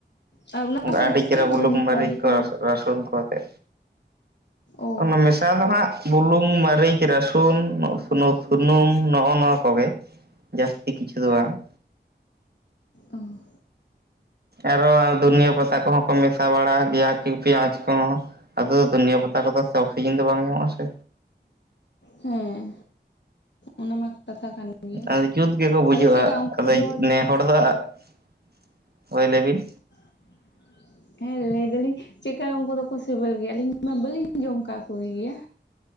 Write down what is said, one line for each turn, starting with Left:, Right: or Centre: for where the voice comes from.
Left: ᱟᱨ ᱚᱱᱟ ᱥᱟᱶ
Right: ᱟ.
Left: ᱪᱮᱫ
Right: ᱰᱤ ᱪᱮᱨᱦᱟ
Left: ᱠᱚᱵᱮᱱ
Right: ᱵᱩᱞᱩᱝ
Left: ᱢᱮᱥᱟᱭᱟ
Right: ᱢᱟᱨᱤᱡ
Left: ᱡᱚᱠᱷᱚᱱ
Right: ᱠᱚ ᱨᱟᱥᱚ ᱨᱟᱥᱩᱱ ᱠᱚ ᱟᱛᱮ,
Left: ᱚ
Right: ᱚᱱᱟ ᱢᱮᱥ ᱪᱟ ᱫᱚ ᱦᱟᱸᱜ ᱵᱩᱞᱩᱝ, ᱢᱟᱨᱤᱪ, ᱨᱟᱹᱥᱩᱱ, ᱥᱩᱱᱩᱛ-ᱥᱩᱱᱩᱢ ᱱᱚᱜᱼᱚ ᱱᱚᱣᱟ ᱠᱚᱜᱮ᱾ ᱡᱟᱹᱥᱛᱤ ᱠᱤᱪᱷᱩ ᱫᱚ ᱵᱟᱝ᱾
Left: ᱚᱼᱦᱮᱸ
Right: ᱟᱨᱦᱚᱸ ᱫᱷᱩᱱᱤᱭᱟᱹ ᱯᱟᱛᱟ ᱠᱚᱦᱚᱸ ᱠᱚ ᱢᱮᱥᱟ ᱵᱟᱹᱲᱟ ᱜᱮᱹᱭᱟ ᱯᱮᱸᱭᱟᱡᱽ ᱠᱚᱦᱚᱸ ᱟᱫᱚ ᱫᱷᱩᱱᱤᱭᱟᱹ ᱯᱟᱛᱟ ᱠᱚᱫᱚᱹ ᱥᱤᱡᱤᱱ ᱫᱚ ᱵᱟᱝᱹ ᱧᱟᱢᱚᱜ ᱟ ᱥᱮ
Left: ᱦᱮᱸ ᱚᱱᱟ ᱢᱟ ᱠᱟᱛᱷᱟ ᱠᱟᱱ᱾ ᱜᱮᱭᱟ
Right: ᱟᱫᱚ ᱡᱩᱛ ᱜᱮᱠᱚ ᱵᱩᱡᱩᱜᱼᱟ
Left: ᱟᱫᱚ ᱪᱮᱫᱠᱟ ᱩᱱᱠᱩ
Right: ᱟᱼᱫᱚᱭ
Left: ᱫᱚ
Right: ᱱᱮ ᱦᱚᱲ ᱫᱚ ᱟᱜ, ᱦᱳᱭ ᱞᱟᱹᱭ ᱵᱤᱱ᱾
Left: <inaudible> ᱦᱮᱸ ᱞᱟᱹᱭ ᱫᱟᱞᱤᱧ ᱪᱮᱜᱠᱟ ᱩᱱᱠᱩ ᱫᱚᱠᱚ ᱥᱮᱵᱮᱞ ᱜᱮᱭᱟ? ᱟᱹᱞᱤᱧ ᱢᱟ ᱵᱟᱹᱞᱤᱧ ᱡᱚᱢ ᱠᱟᱜ ᱠᱚ ᱜᱮᱭᱟ᱾